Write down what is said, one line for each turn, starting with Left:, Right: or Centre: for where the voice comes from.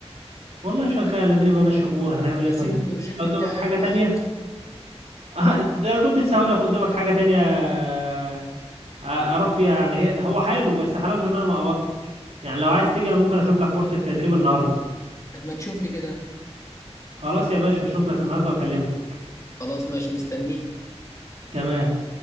Right: والله شغال اديني بمشي اموري هنعمل
Left: طب
Right: ايه
Left: اسيب
Right: طيب
Left: البروجكت
Right: لو قدامك
Left: بتاعي
Right: حاجة
Left: واجي معاك
Right: تانية آه، انا كنت لسه هقول لك قدامك حاجه تانية آه، آه، اروح فيها يعني هي هو حلو بس حلاوته ان انا ما قبضتش يعني لو عايز تيجي انا ممكن اشوف لك فرصه تدريب النهارده
Left: طب ما تشوف لي كده
Right: خلاص يا باشا اشوف لك النهارده واكلمها
Left: خلاص ماشي مستنيك
Right: تمام